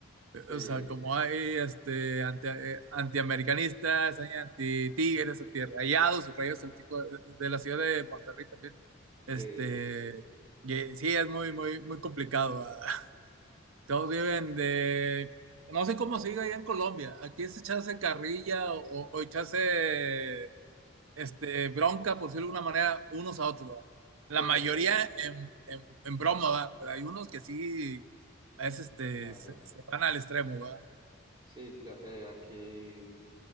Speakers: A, on the right; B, on the right.
A: Sí,
B: O sea, como hay este, anti, eh, antiamericanistas, hay anti-tigres, anti-rayados, rayos el equipo de, de la ciudad de Monterrey también. Este,
A: sí,
B: y eh, sí, es muy, muy, muy complicado. ah. <laughs> Todos viven de... No sé cómo sigue allá en Colombia. Aquí es echarse carrilla o, o echarse este, bronca, por decirlo de alguna manera, unos a otros. ¿verdad? La
A: sí,
B: mayoría
A: aquí,
B: en, en, en broma, ¿verdad? Pero hay unos que sí es este,
A: claro.
B: se, se van al extremo, va.
A: Sí, cla- eh, aquí.